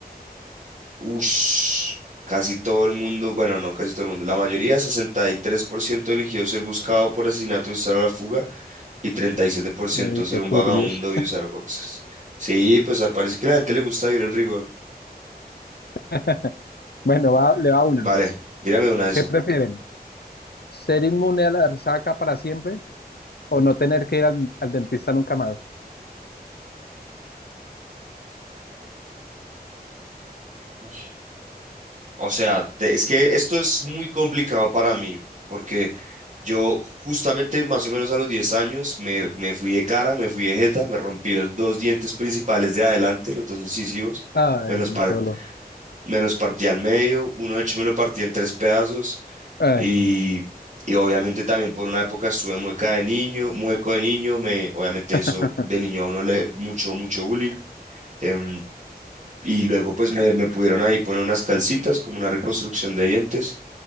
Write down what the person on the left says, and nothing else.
Uy,
qué
turbios.
<laughs> Bueno, va- le va una.
¿Qué prefieren? ¿Ser inmune a la resaca para siempre o no tener que ir al, al dentista nunca más?
Ay,
no,
qué dolor.
Ay,
<laughs>